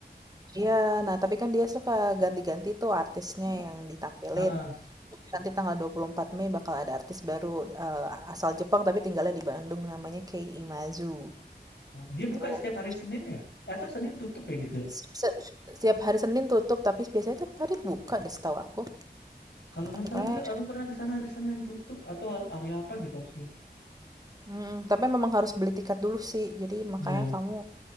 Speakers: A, on the right; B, on the left.
A: Iya, nah tapi kan dia suka ganti-ganti tuh artisnya
B: Heeh,
A: yang ditampilin.
B: heeh.
A: Nanti tanggal 24 Mei bakal ada artis baru eh, asal Jepang tapi tinggalnya di Bandung namanya Kei Imazu.
B: Dia buka
A: Tuh
B: setiap hari Senin ya? Atau Senin tutup ya gitu ya?
A: si- se- setiap hari Senin tutup tapi biasanya tiap hari buka deh setahu aku.
B: Kalau nggak
A: Pokoknya
B: salah dia, aku pernah ke sana hari Senin tutup atau hari, hari apa gitu harusnya.
A: Mhm, tapi memang harus beli tiket dulu sih. Jadi makanya
B: Iya,
A: kamu